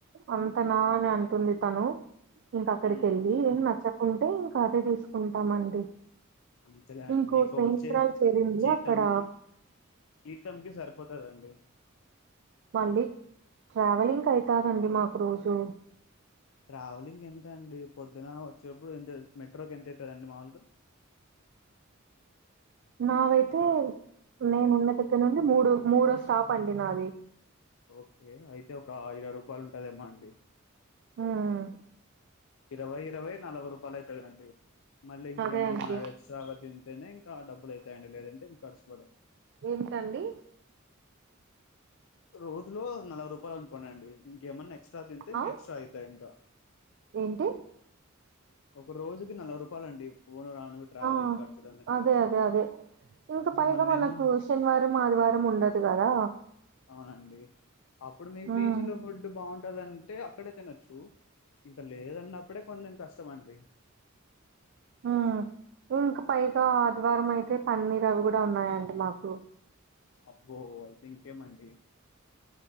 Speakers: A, on the right; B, on the left.
A: అ అతనా అని అంటుంది తను ఇంక అక్కడికి
B: ఉమ్
A: ఎళ్ళి ఏం నచ్చ కుంటే ఇంకా అదే తీసుకుంటామండి
B: అంతేలే అండి
A: ఇంకో
B: మీకు
A: స్నేహితురాలు
B: వచ్చే
A: చేరింది
B: జీతంకి
A: అక్కడ.
B: జీతంకి సరిపో తదండి
A: మళ్ళీ ట్రావెలింగ్ అయితదండి మాకు రోజు
B: ట్రావెలింగ్ ఎంత అండి పొద్దున వచ్చేప్పుడు ఎంత మెట్రోకి ఎంత అయితదండి మాములుగ
A: నావైతే నేను ఉన్న దగ్గర నుండి మూడో మూడో స్టాప్ అండి నాది
B: ఓకే అయితే ఒక ఇరవై రూపాయలు ఉంటదేమో అండి
A: హ్మ్.
B: ఇరవై ఇరవై నలభై రూపాలు అయితదండి మళ్ళీ ఇంకేమన్నా
A: అదే అండి.
B: ఎక్స్ట్రాగ తింటేనే ఇంకా డబ్బులు అయితయండి లేదంటే ఇంక ఖర్చుపడవ్
A: ఏమిటండి
B: రోజులో నలభై రూపాలు అనుకోండి అండి ఇంకేమన్నా ఎక్స్ట్రా తింటే ఇంకా
A: ఆ?
B: ఎక్స్ట్రా అయితయి ఇంకా
A: ఏంటి
B: ఒక రోజుకి నలభై రూపాలు అండి పోను రాను ట్రావెలింగ్
A: ఆ
B: ఖర్చులు అందుకనేసి
A: అదే అదే అదే ఇంకా పైగా
B: మనం
A: మనకు
B: ఏమన్నా
A: శనివారం ఆదివారం ఉండదు కదా
B: అవునండి అప్పుడు మీ
A: ఉమ్
B: పీజీలో ఫుడ్ బావుంటదంటే అక్కడే తినొచ్చు ఇంకా లేదన్నప్పుడే కొంచెం కష్టమండి
A: ఆ ఇంకా పైగా ఆదివారం అయితే పన్నీర్ అవి గూడా ఉన్నాయండి మాకు
B: అబ్బో అయితే ఇంకేమండి